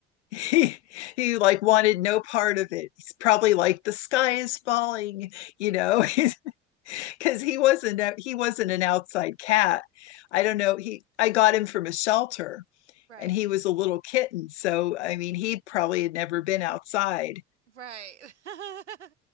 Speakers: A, on the left; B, on the right.
A: He, he like wanted no part of it. He's probably like, the sky is falling, you
B: Right,
A: know. <laughs> because he wasn't a, he wasn't an outside cat. I don't know. He I got him from a shelter
B: right,
A: and he was a little kitten. So I mean he probably had never been outside.
B: right. <laughs>